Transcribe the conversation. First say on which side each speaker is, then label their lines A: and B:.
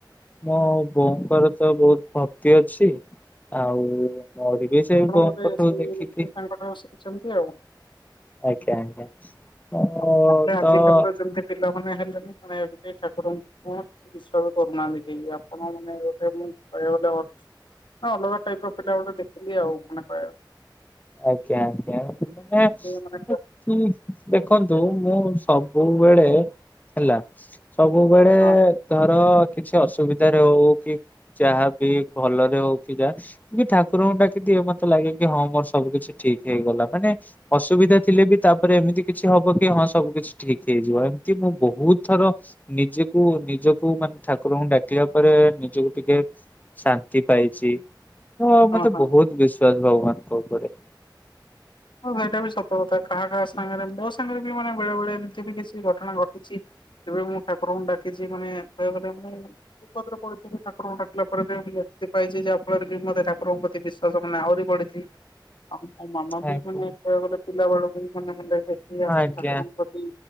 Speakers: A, on the left; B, on the left.
A: ମୋ ବୋଉଙ୍କର ତ ବହୁତ ଭକ୍ତି ଅଛି। ଆଉ ମୋରବି ସେଇ
B: ଆପଣ
A: ବୋଉଙ୍କଠୁ
B: ଗୋଟେ ସେଇ
A: ଦେଖିକି
B: ଗୋଟେ ତାଙ୍କଠାରୁ ଶିଖିଛନ୍ତି ଆଉ
A: ଆଜ୍ଞା ଆଜ୍ଞା ଓ
B: ହଁ ମାନେ ଆଜି
A: ତ
B: କାଲିର ଯେମତି ପିଲା ମାନେ ହେଲେଣି ମାନେ ଏ ଠାକୁରଙ୍କୁ ବିଶ୍ୱାସ କରୁନାହାନ୍ତି କେହି ଆପଣ ମାନେ ଗୋଟେ ମୁଁ କହିବାକୁଗଲେ ଅ ଅଲଗା ଟାଇପ ର ପିଲା ଗୋଟେ ଦେଖିଲି ଆଉ ମାନେ କହ
A: ଆଜ୍ଞା ଆଜ୍ଞା ମାନେ ଏମିତି
B: ମାନେ
A: ଦେଖନ୍ତୁ ତୁ ମୁଁ ସବୁବେଳେ ହେଲା ସବୁବେଳେ
B: ହଁ
A: ଧର କିଛି ଅସୁବିଧାରେ ହଉ କି ଯାହାବି ଭଲରେ ହଉ କି ଯାହା ଠାକୁରଙ୍କୁ ଡାକି ମତେ ଲାଗେ କି ହଁ ମୋର ସବୁ କିଛି ଠିକ ହେଇଗଲା ମାନେ ଅସୁବିଧା ଥିଲେ ବି ତାପରେ ଏମିତି କିଛି ହବ କି ହଁ ସବୁ କିଛି ଠିକ ହେଇଯିବ ଏମିତି ମୁଁ ବହୁତ ଥର ନିଜକୁ ନିଜକୁ ମାନେ ଠାକୁରଙ୍କୁ ଡାକିଲା ପରେ ନିଜକୁ ଟିକେ ଶାନ୍ତି ପାଇଛି। ତ
B: ହଁ
A: ମତେ
B: ହଁ
A: ବହୁତ ବିଶ୍ଵାସ ଭଗବାନଙ୍କ ଉପରେ
B: ହଁ ସେଇଟା ବି ସତ କଥା କାହା କାହା ସାଙ୍ଗରେ ମୋ ସାଙ୍ଗରେ ବି ମାନେ ବେଳେ ବେଳେ ଏମିତି ବି କିଛି ଘଟଣା ଘଟିଛି ଏବେ ମୁଁ ଠାକୁରଙ୍କୁ ଡାକିଛି ମାନେ କହିବା ଗଲେ ମୁ ବିପଦରେ ପଡିଥିଲି ଠାକୁରଙ୍କୁ ଡାକିଲା ପରେ <unintelligible> ପାଇଛି ଯାହାଫଳରେ ବି ମତେ ଠାକୁରଙ୍କ ପ୍ରତି ବିଶ୍ୱାସ ମାନେ ଆହୁରି ବଢିି ଆଉ ମୋ ମାମା ବି
A: ଆଜ୍ଞା।
B: ମାନେ କହିବାକୁ ଗଲେ ପିଲା ବେଳକୁ ମାନେ <unintelligible> ଦେଖିକି ଆସିଛି
A: ଆଜ୍ଞା
B: ଠାକୁରଙ୍କୁ ପ୍ରତି